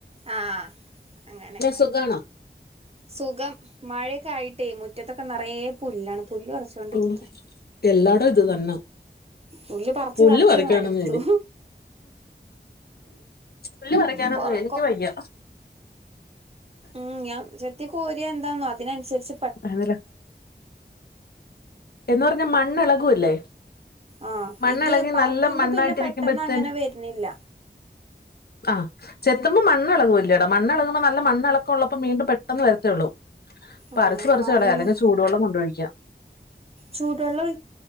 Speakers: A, on the right; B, on the left.
A: ആഹ് അങ്ങനെ
B: സുഖാണോ
A: സുഖം മഴയൊക്കെ ആയിട്ടേ മുറ്റത്തൊക്കെ നിറയ പുല്ലാണ് പുല്ല് പറിച്ചോണ്ടിരിക്ക
B: ഉം എല്ലാടവും ഇത് തന്ന
A: പുല്ല് പറിച്ച്
B: പുല്ല്
A: പറിച്ച്
B: പറിക്കാനൊന്ന്
A: മടുത്തു
B: രി പുല്ല് പറിക്കാനൊന്നു
A: കൊറ
B: എനിക്ക്
A: കൊ
B: വയ്യ
A: ഉം ഞാൻ ചെത്തി കോരിയ എന്താന്നോ അതിനൻസരിച്ച്
B: അല്ലടാ എന്ന് പറഞ്ഞാ മണ്ണിളകൂല്ലേ
A: ആഹ്
B: മണ്ണിളകി
A: ഇത് പറക്കുമ്പോ
B: നല്ല മണ്ണായിട്ടിരിക്കുമ്പോഴത്തേന്
A: പിന്നെ പെട്ടെന്ന് അങ്ങനെ വരുന്നില്ല
B: ആഹ് ചെത്തുമ്പോ മണ്ണെളകുല്ലേടാ മണ്ണിളകുമ്പോ നല്ല മണ്ണിളക്കം ഉള്ളപ്പം വീണ്ടും പെട്ടെന്ന് വരത്തേയുള്ളൂ പറിച്ച്
A: ആഹ്
B: പറിച്ച്
A: നല്ല
B: കളയാ അല്ലെങ്കിൽ ചൂടുവെള്ളം കൊണ്ടൊഴിക്കാം
A: ചൂടുവെള്ളം ഒയ്